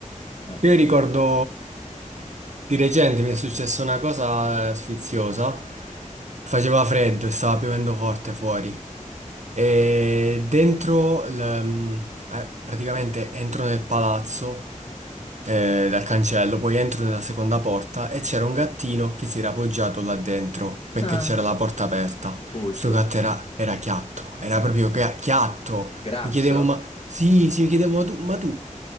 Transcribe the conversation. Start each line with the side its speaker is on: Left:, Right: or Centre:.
Left: Eh.
Right: io ricordo di recente mi è successa una cosa eh, sfiziosa. Faceva freddo e stava piovendo forte fuori. E dentro, l- mm, eh, praticamente entro nel palazzo eh, dal cancello, poi entro nella seconda porta e c'era un gattino che si era appoggiato là dentro perché
Left: Ah,
Right: c'era la porta aperta.
Left: cucciolo.
Right: Sto gatto era, era chiatto, era proprio chia- chiatto.
Left: Grasso?
Right: Mi chiedevo, ma sì, sì, mi chiedevo, ma tu, ma tu,